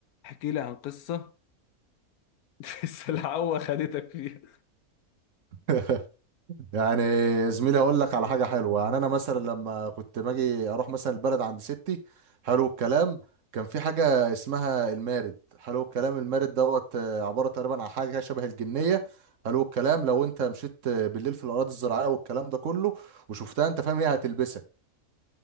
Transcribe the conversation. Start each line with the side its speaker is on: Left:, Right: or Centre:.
Left: احكي لي عن قصة <laughs> السلعوة خدتك فيها
Right: <laughs> يعني زميلي هقول لك على حاجه حلوه يعني انا مثلا لما كنت باجي اروح مثلا البلد عند ستي حلو الكلام كان في حاجه اسمها المارد حلو الكلام المارد دوت آه، عباره تقريبا عن حاجه شبه الجنيه حلو الكلام لو انت مشيت آه، بالليل في الاراضي الزراعيه والكلام ده كله وشفتها انت فاهم هي هتلبسك